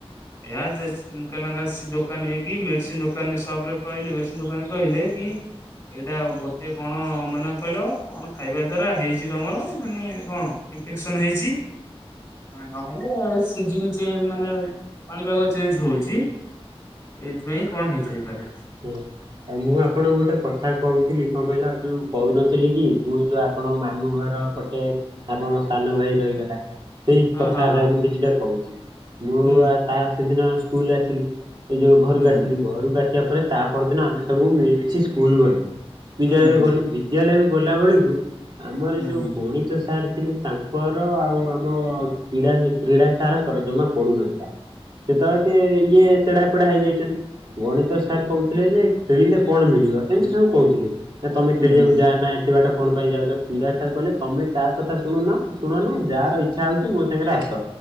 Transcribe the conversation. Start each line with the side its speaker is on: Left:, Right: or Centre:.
Left: ଏୟା ମୁଁ <unintelligible> ଦୋକାନ ହେଇକି ମେଡିସିନ୍ ଦୋକାନୀ ସପରେ କହିଲେ ମେଡିସିନ ଦୋକାନୀ କହିଲେ କି ଏଇଟା ଗୋଟେ କଣ ମନେ କହିଲ କଣ ଖାଇବା ଦ୍ଵାରା ହେଇଛି ତମର ମାନେ କଣ ଇନଫେକ୍ସନ ହେଇଛି ନହେଲେ ସିଜିନ ଚେଞ୍ଜ ମାନେ ପାଣିପାଗ ଚେଞ୍ଜ ହଉଛି। ଏଇଥିପାଇଁ କଣ ହେଇଥାଇପାରେ।
Right: ହୁଁ ଆଉ ମୁଁ ଆପଣ ଗୋଟେ କଥା କହୁଥିଲି କଣ କହିଲ, ଯୋଉ କହୁନଥିଲି କି ମୁଁ ଯୋଉ ଆପ ଆପଣଙ୍କ ମାମୁଁଘର ପଟେ ଆପଣ ସାନ ଭାଇ ରହିଗଲା। ସେଇ
Left: ହଁ
Right: କଥାରେ
Left: ହଁ
Right: ମୁଁ କିଛିଟା କହୁଛି, ମୁଁ
Left: ହଁ
Right: ଆ ତା ସେଦିନ ସ୍କୁଲ ଆସିଲି ଏ ଯୋଉ ଘରକୁ
Left: ହୁଁ
Right: ଆସିଲି, ଘରକୁ ଆସିବା ପରେ ତା ପରଦିନ ଆମେ ସବୁ ମିଳିମିଶି ସ୍କୁଲ ଗଲୁ।
Left: ହୁଁ
Right: ବିଦ୍ୟାଳୟକୁ ଗଲୁ, ବିଦ୍ୟାଳୟକୁ ଗଲାବେଳକୁ ଆମର
Left: ହୁଁ
Right: ଯୋଉ ଗଣିତ ସାର ଥିଲେ ତାଙ୍କର ଆଉ ଆମ କ୍ରୀଡ଼ା କ୍ରୀଡ଼ା ସାରଙ୍କର ଜମା ପଡୁନଥିଲା। ଯେତବେଳେ ଟିକେ ଇଏ ତେଢା ପେଢା ହେଇଯାଇଛନ୍ତି। ଗଣିତ ସାର୍ କହୁଥିଲେ ଯେ, ଖେଳିଲେ କଣ ମିଳିବ? ଏମତି ସବୁ କହୁଥିଲେ। ନାଁ ତମେ
Left: ହୁଁ
Right: ଖେଳିବାକୁ ଯାଆନା ଏତେ ବାଟ କଣ ପାଇଁ ଯାଉଛ? କ୍ରୀଡ଼ା ସାର୍ କହିଲେ ତମେ ତା କଥା ଶୁଣୁନା ଶୁଣନା, ଯାହାର ଇଚ୍ଛା ହଉଛି ମୋ ସାଙ୍ଗେରେ ଆସ।